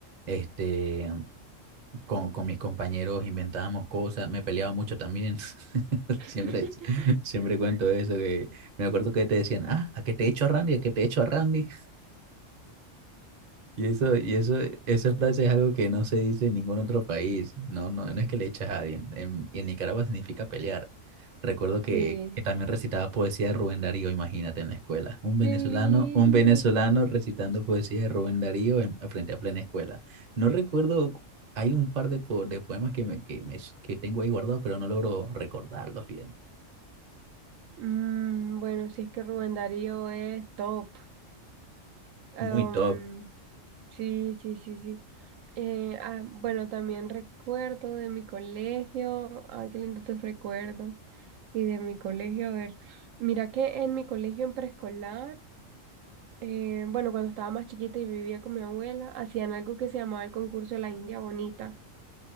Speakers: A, on the right (about 40°); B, on the right (about 80°).
A: este... con, con mis compañeros inventábamos cosas, me peleaba mucho también. <laughs> Siempre,
B: <laughs>
A: siempre cuento eso, que me acuerdo que te decían, ah, a que te echo a Randy, a que te echo a Randy. Y eso, y eso, esa frase es algo que no se dice en ningún otro país. No, no, no es que le echas a alguien. En, y en Nicaragua significa pelear. Recuerdo que,
B: Sí,
A: que también recitaba poesía de Rubén Darío, imagínate, en la escuela. Un venezolano,
B: qué lindo.
A: un venezolano recitando poesía de Rubén Darío en- frente a plena escuela. No recuerdo, hay un par de, po- de poemas que, me, que, me, que tengo ahí guardados, pero no logro recordarlos bien.
B: Mm, bueno, sí es que Rubén Darío es top. Em,
A: Muy top,
B: sí, sí, sí, sí. Eh, ah, bueno, también recuerdo de mi colegio. Ay, qué lindo tus recuerdos. Y de mi colegio, a ver. Mira que en mi colegio en preescolar, eh, bueno, cuando estaba más chiquita y vivía con mi abuela, hacían algo que se llamaba el concurso de la India Bonita.